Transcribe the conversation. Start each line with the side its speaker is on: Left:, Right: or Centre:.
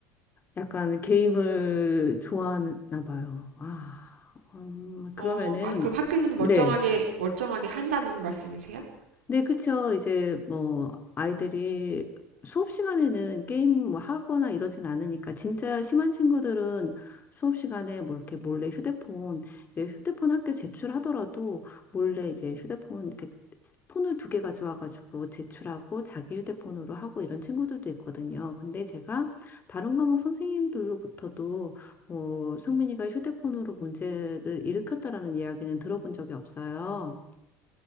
Left: 약간 게임을 좋아하나 봐요. 아, 음, 그러면은,
Right: 어, 아니, 그럼 학교에서는
Left: 네.
Right: 멀쩡하게, 멀쩡하게 한다는 말씀이세요?
Left: 네, 그쵸. 이제 뭐 아이들이 수업 시간에는 게임 뭐 하거나 이러진 않으니까 진짜 심한 친구들은 수업 시간에 뭐 이렇게 몰래 휴대폰, 이제 휴대폰 학교 제출하더라도 몰래 이제 휴대폰 이렇게 폰을 두 개 가져와가지고 제출하고 자기 휴대폰으로 하고 이런 친구들도 있거든요. 근데 제가 다른 과목 선생님들로부터도 뭐 성민이가 휴대폰으로 문제를 일으켰다라는 이야기는 들어본 적이 없어요.